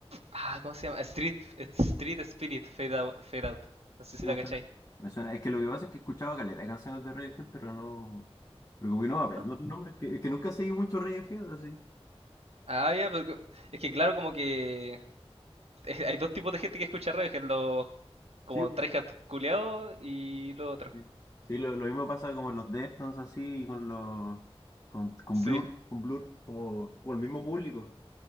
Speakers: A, on the right (about 80°); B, on the left (about 35°).
A: Ah, ¿cómo se llama? Street, Street Spirit, Fade Out. Fade out. No sé
B: Sí,
A: si
B: me
A: la cacháis,
B: suena, me suena. Es que lo que pasa es que he escuchado caleta de canciones de Radiohead, pero no, pero como que no me aprendo
A: ¿no?
B: los nombres, que, es que nunca he seguido mucho Radiohead, así.
A: Ah, ya, pero que- es que claro, como que es- hay dos tipos de gente que escucha radio, que es los como
B: Sí,
A: tryhard culeados y lo otro.
B: Sí, Sí, lo, lo mismo pasa con los Deftones así, y con los con, con
A: Sí.
B: Blur, con Blur, como, como el mismo público.